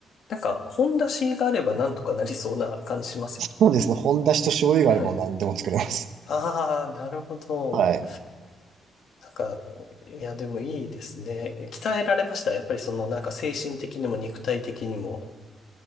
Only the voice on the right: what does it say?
そうですね。本だしと醤油があれば何でも作れます。
はい。